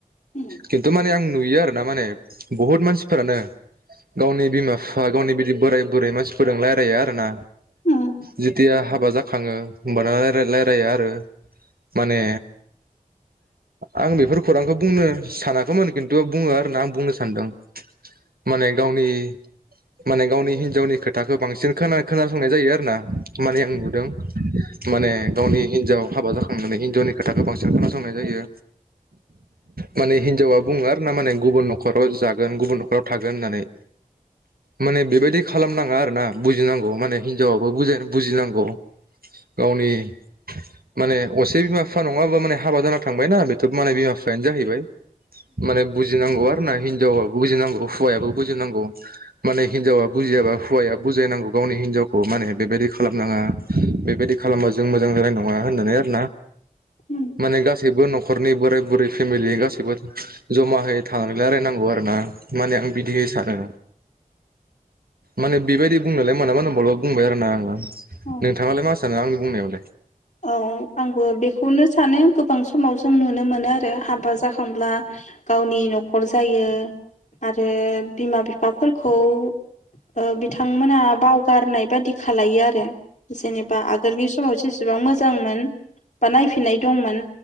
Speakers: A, on the left; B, on the right.
A: उम
B: खिन्थु माने आं। नुयो आरो ना माने। बुहुद मानसिफोरानो गावनि बिमा बिफा गावनि बिदि बोराय बुरै मानसिफोरजों रायलाया आरो ना।
A: उम
B: जिथिया। हाबा जाखाङो होमबाना राय रायलायो आरो माने। आं बेफोर खौरांखौ बुंनो। सानाखैमोन खिन्थु बुङो आरो आं बुंनोसै। सान्दों। माने गावनि। माने गावनि हिनजावनि खोथाखो बांसिन खोना खोनासंनाय जायो आरो ना। माने आं नुदों। माने गावनि हिनजाव हाबा जाखांनानै हिनजावनि खोथाखौ बांसिन खोनासंनाय जायो माने हिनजावा बुङो आरो ना माने गुबुन नख खराव जागोन गुबुन नखराव थागोन होननानै माने बेबायदि खालामनाङा आरोना बुजिनांगौ माने हिनजावाबो बुजायनो बुजिनांगौ गावनि माने असे बिमा बिफा नङाबा माने हाबा जाना थांबायनाा बेथ माने बिमा बिफायानो जाहैबाय माने बुजिनांगौआ। ना हिनजावाब बुजिनांगौ हौवायाबो बुजिनांगौ माने हिनजावा बुजियाबा हौवाया बुजायनांगौ गावनि हिनजावखौ माने बेबायदि खालामनाङा बेबायदि खालामबा जों मोजां जानाय नङा होननानै आरो ना।
A: उम
B: माने गासै। गासैबो नख'रनि बोराय बुरै फेमिलि गासैबो जमाहै थानानै रायलायनांगौ आरोना माने आं बिदि सानो माने बेबायदि बुंनोलाय <unintelligible> बुंबाय आरो ना आङो
A: उम
B: नोंथाङालाय मा सानो आंनि बुंनायावलाय
A: औ आंबो बेखौनो सानो गोबां समाव जों नुनो मोनो आरो हाबा जाखांब्ला गावनि नख'र जायो आरो बिमा बिफाफोरखौ ओ बिथांमोना बावगारनाय बादि खालायो आरो जेनेबा आगोलनि समाव जेसेबां मोजांमोन बा नायफिननाय दंमोन